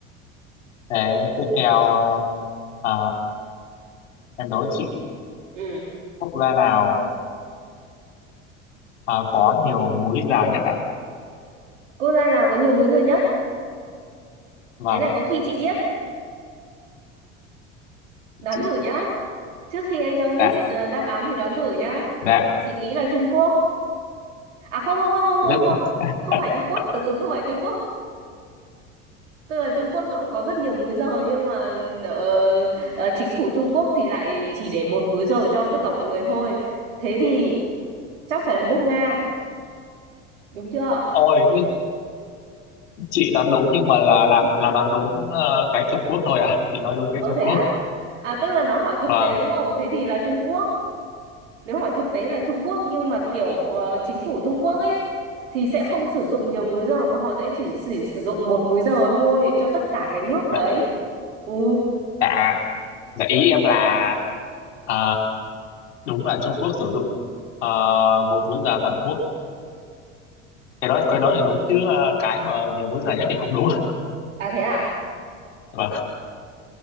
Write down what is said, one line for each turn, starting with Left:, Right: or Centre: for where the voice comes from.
Left: Thế tiếp theo ờ, à, em đố chị
Right: ừ
Left: quốc gia nào à, có nhiều múi giờ nhất ạ?
Right: quốc gia nào có nhiều múi giờ nhất
Left: Vâng,
Right: cái này có khi chị biết đoán
Left: chị
Right: thử nhá trước khi em cho list
Left: dạ
Right: ờ, đáp án thì đoán thử nhá
Left: dạ
Right: chị nghĩ là Trung Quốc à không không không không
Left: rất
Right: không không không
Left: <laughs>
Right: phải Trung Quốc từ từ không phải Trung Quốc Tức là Trung Quốc nó cũng có rất nhiều múi giờ nhưng mà ờ, ờ, chính phủ Trung Quốc thì lại chỉ để một múi giờ cho tất cả mọi người thôi. Thế thì chắc phải là nước Nga, đúng chưa?
Left: ôi thế chị đoán đúng nhưng mà là là là đoán đúng ờ, cái Trung Quốc thôi ạ chị nói đúng cái
Right: Ờ
Left: Trung
Right: thế
Left: Quốc
Right: á? À tức là nó hỏi thực
Left: vâng
Right: tế đúng không? Thế thì là Trung Quốc. Nếu hỏi thực tế là Trung Quốc nhưng mà kiểu ờ, chính phủ Trung Quốc ấy thì sẽ không sử dụng nhiều múi giờ mà họ sẽ chỉ, chỉ sử dụng một múi giờ thôi cho tất cả cái nước đấy.
Left: dạ
Right: Ừ.
Left: dạ dạ ý em là à, đúng là Trung Quốc sử dụng ờ, một múi giờ toàn quốc cái đó cái đó thì đúng chứ ờ, cái mà nhiều múi giờ nhất thì không đúng
Right: À thế à?
Left: <laughs> vâng